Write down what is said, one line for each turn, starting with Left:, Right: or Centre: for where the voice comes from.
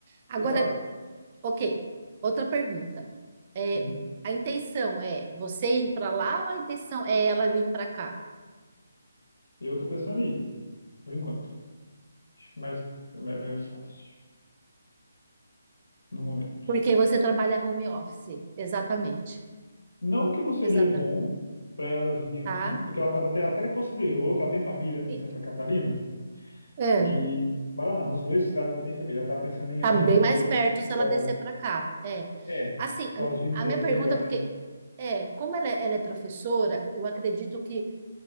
Right: Agora,
Left: exato.
Right: ok, outra pergunta. É,
Left: Sim,
Right: a intenção é você ir para lá ou a intenção é ela vir para cá?
Left: eu tô pensando em ir, por enquanto. Acho que mais é mais fácil no momento.
Right: Porque você trabalha home office, exatamente.
Left: Não que não seria
Right: Exata,
Left: bom para ela vir aqui,
Right: tá?
Left: porque ela tava até, ela até considerou que ela tem família em
Right: E-
Left: Santa Catarina
Right: É,
Left: e em Paraná, nos dois estados ela tem família. Ela estava pensando em
Right: tá
Left: arranjar
Right: bem
Left: um
Right: mais
Left: emprego
Right: perto
Left: melhor.
Right: se ela descer para cá. É.
Left: É, por
Right: Assim,
Left: causa de emprego
Right: a, a minha pergunta
Left: melhor,
Right: é porque
Left: né?
Right: é, como ela, é- ela é professora, eu acredito que